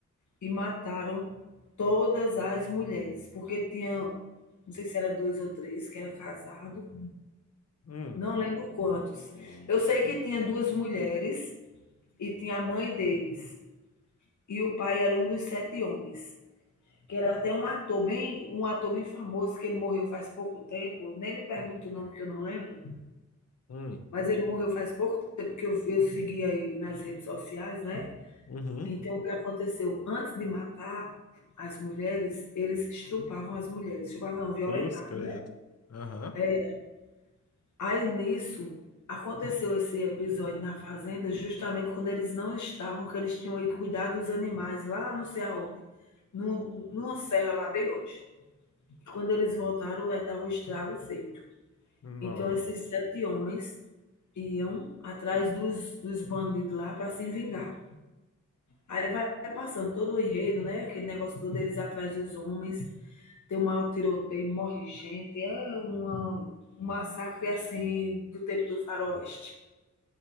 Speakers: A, on the left; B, on the left.
A: e mataram todas as mulheres, porque tinha, não sei se era dois ou três, que era casado
B: hum,
A: não lembro quantos. Eu sei que tinha duas mulheres e tinha a mãe deles. E o pai era um dos sete homens. Que era até um ator bem, um ator bem famoso, que ele morreu faz pouco tempo. Nem me pergunto o nome, porque eu não lembro.
B: hum.
A: Mas ele morreu faz pouco tempo, porque eu, eu seguia ele nas redes sociais, né?
B: Uhum.
A: Então, o que aconteceu? Antes de matar as mulheres, eles estrupavam as mulheres. Estrupavam, não, violentavam,
B: Cruz, credo.
A: né?
B: Aham.
A: É, Aí nisso aconteceu esse episódio na fazenda, justamente quando eles não estavam, que eles tinham ido cuidar dos animais lá não sei aonde, num, numa serra lá bem longe. E Quando eles voltaram, aí estava o estrago feito.
B: Nó.
A: Então esses sete homens iam atrás dos, dos bandidos lá para se vingar. Aí vai passando todo o enredo, né? Aquele negócio todo, eles atrás dos homens, tem um maior tiroteio, morre gente, é uma, um massacre assim do tempo do faroeste.